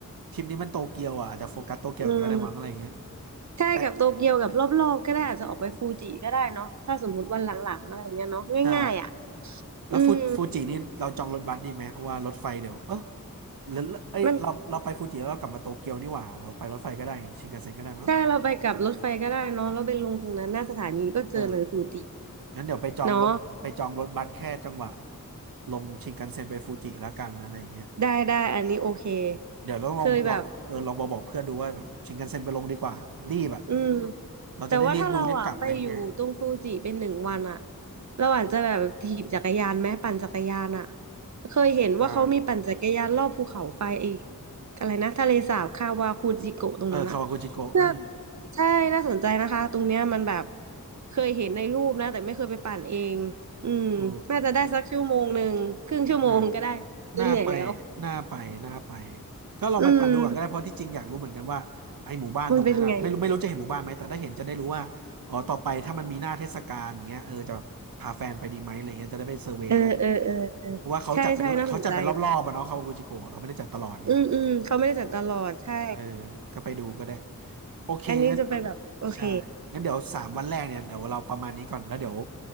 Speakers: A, on the right (about 85°); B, on the right (about 55°).
A: ทริปนี้มันโตเกียวอ่ะอาจจะโฟกัสโตเกียวก็ได้มั้งอะไรเงี้ย
B: อืมใช่กับโตเกียวกับรอบๆก็ได้อาจจะออกไปฟูจิก็ได้เนาะถ้าสมมุติวันหลังๆอะไรเงี้ยเนาะง่ายๆอ่ะ
A: แต่ใช่แล้วฟูฟูจินี่เราจองรถบัสดีไหมเพราะว่ารถไฟเดี๋ยว
B: อืม
A: เออหรือเอ้ยเราเราไปฟูจิแล้วเรากลับมาโตเกียวนี่หว่าเราไปรถไฟก็ได้นี่ชินคันเซ็นก็ได้มั้ง
B: มันใช่เราไปกับรถไฟก็ได้เนาะแล้วไปลงตรงนั้นหน้าสถานีก็เจอเลยฟูจิ
A: เอองั้นเดี๋ยวไปจองรถไปจองรถบัสแค่จังหวะ
B: เนาะ
A: ลงชินคันเซ็นไปฟูจิแล้วกันอะไรเงี้ย
B: ได้ได้อันนี้โอเค
A: เดี๋ยวลองลองลองเออลองบอกบอกเพื่อนดูว่าแบบชินคันเซ็นไปลงดีกว่ารีบอ่ะ
B: เคยแบบอืม
A: เราจะได้รีบดูรีบกลับอะไรเงี้ย
B: แต่ว่าถ้าเราอ่ะไปอยู่ตรงฟูจิเป็นหนึ่งวันอ่ะเราอาจจะแบบถีบจักรยานไหมปั่นจักรยานอ่ะเคยเห็นว่าเขามีปั่นจักรยานรอบภูเขาไฟไอ้
A: อ่า
B: อะไรนะทะเลสาบคาวาคูจิโกะตรงนั้นอ่ะ
A: เออคาวากุจิโกะอืม
B: น่าใช่น่าสนใจนะคะตรงเนี้ยมันแบบเคยเห็นในรูปนะแต่ไม่เคยไปปั่นเองอืมน่าจะได้สักชั่วโมงหนึ่งครึ่งชั่วโมงก็ได้อาจจะเหนื่อยแล้ว
A: เออน่าน่าไปน่าไปน่าไปก็ลองไปปั่นดูก่อนก็ได้เพราะที่จริงอยากรู้เหมือนกันว่าไอหมู่บ้านตรงนั้นอะไม่รู้ไม่รู้จะเห็นหมู่บ้านไหมแต่ถ้าเห็นจะได้รู้ว่าอ๋อต่อไปถ้ามันมีหน้าเทศกาลอย่างเงี้ยเออจะแบบพาแฟนไปดีไหมอะไรเงี้ยจะได้ไปเซอร์เวย์ด้วย
B: อืมมันเป็นไง เออเออเออเออใช่ใช่น่าสนใจ
A: เพราะว่าเขาจัดเป็นเขาจัดเป็นรอบๆอะเนาะคาวากุจิโกะเขาไม่ได้จัดตลอดไง
B: อืมอืมเขาไม่ได้จัดตลอดใช่
A: เออก็ไปดูก็ได้โอเคงั้น
B: อันนี้จะไปแบบโอเค
A: ใช่งั้นเดี๋ยวสามวันแรกเนี่ยเดี๋ยวเราประมาณนี้ก่อน แล้วเดี๋ยว